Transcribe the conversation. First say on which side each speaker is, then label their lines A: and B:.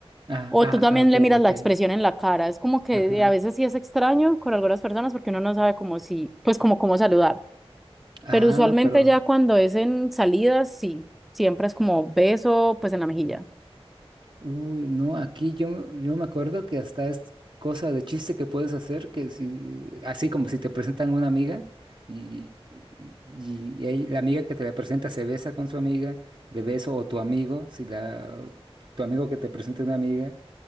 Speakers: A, on the right (about 50°); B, in the centre.
A: Ah,
B: O
A: ah,
B: tú también
A: ah, ok,
B: le miras
A: ok.
B: la expresión en la cara, es como que
A: Ajá.
B: a veces sí es extraño con algunas personas porque uno no sabe como si, pues como cómo saludar.
A: Ah,
B: Pero usualmente
A: pero,
B: ya cuando es en salidas, sí, siempre es como beso, pues en la mejilla.
A: uy, no, aquí yo, me- yo me acuerdo que hasta es cosa de chiste que puedes hacer, que si, así como si te presentan una amiga y, y, y ahí la amiga que te la presenta se besa con su amiga de beso o tu amigo, si la, tu amigo que te presenta una amiga.